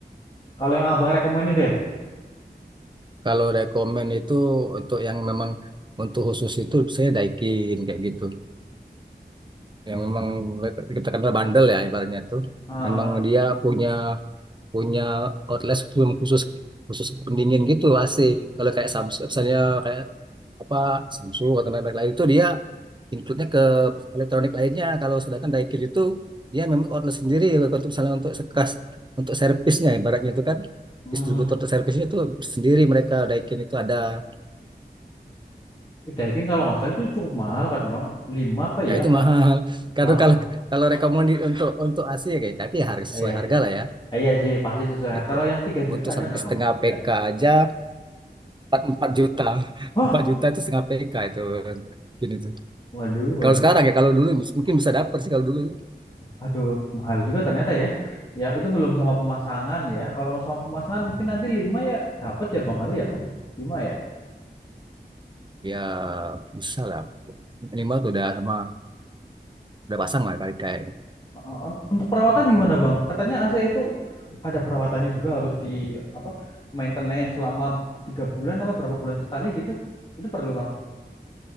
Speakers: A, on the left (about 30°); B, on the right (about 25°).
A: Kalau yang abang rekomenin deh.
B: Kalau rekomend itu untuk yang memang untuk khusus itu saya Daikin kayak gitu. yang
A: Daikin.
B: memang like, kita kenal bandel ya ibaratnya itu
A: Ah,
B: memang dia punya punya outlet khusus khusus pendingin gitu AC kalau kayak Samsung misalnya kayak apa Samsung atau merek lain itu dia include-nya ke elektronik lainnya kalau sedangkan Daikin itu dia memang outlet sendiri untuk misalnya untuk sekas untuk servisnya ibaratnya itu kan
A: hmm.
B: distributor untuk servisnya itu sendiri mereka Daikin itu ada
A: Tapi Daikin kalau nggak salah itu cukup mahal kan bang? lima apa
B: ya
A: ya?
B: itu
A: pak
B: mahal <laughs> karena
A: Ah,
B: kalau kalau rekomendasi untuk untuk AC ya kayak tapi ya harga sesuai
A: iya,
B: harga
A: sih.
B: lah ya
A: iya sih pasti sesuai.
B: kayak gitu.
A: Kalau yang 3 juta
B: Untuk
A: ada
B: satu
A: nggak
B: setengah
A: bang? tiga
B: PK aja 4 4 juta. <laughs>
A: Hah,
B: empat juta itu setengah PK itu gini tuh.
A: waduh, waduh,
B: Kalau sekarang ya kalau dulu mungkin bisa dapat sih kalau dulu.
A: aduh, mahal juga ternyata ya. Ya itu belum sama pemasangan ya. Kalau sama pemasangan mungkin nanti 5 ya dapat ya bang kali ya bang. lima ya.
B: Ya bisa lah. Minimal tuh udah sama udah pasang lah kayak kayak
A: Uh, Untuk perawatan gimana Bang? Katanya AC itu ada perawatannya juga harus di apa maintenance selama tiga bulan apa berapa bulan sekali gitu. Itu perlu Bang.